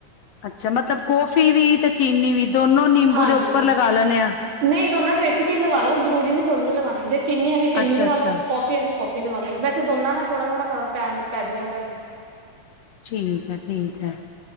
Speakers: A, on the left (about 65°); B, on the right (about 75°).
A: ਅੱਛਾ, ਮਤਲਬ ਕੌਫੀ ਵੀ ਤੇ ਚੀਨੀ ਵੀ ਦੋਨੋ ਨਿੰਬੂ
B: ਹਾਂਜੀ।
A: ਦੇ ਉੱਪਰ ਲਗਾ ਲੈਣੇ ਆ।
B: ਨਹੀਂ ਦੋਨਾਂ ਚੋਂ ਇੱਕ ਚੀਜ਼ ਲਗਾ ਲੋ ਜ਼ਰੂਰੀ ਨੀ ਦੋਨੋਂ ਹੀ ਲਗਾਉਣੀ, ਜੇ ਚੀਨੀ ਹੈਗੀ ਚੀਨੀ
A: ਅੱਛਾ-ਅੱਛਾ
B: ਲਗਾ ਲੋ ਕੌਫੀ ਹੈਗੀ ਕਾਫੀ ਲਗਾ ਲਓ ਵੈਸੇ ਦੋਨਾਂ ਨਾਲ ਥੋੜਾ-ਥੋੜਾ ਫਰਕ ਪੈ ਪੈਜੂਗਾ ਤੁਹਾਡੇ।
A: ਠੀਕ ਹੈ-ਠੀਕ ਹੈ।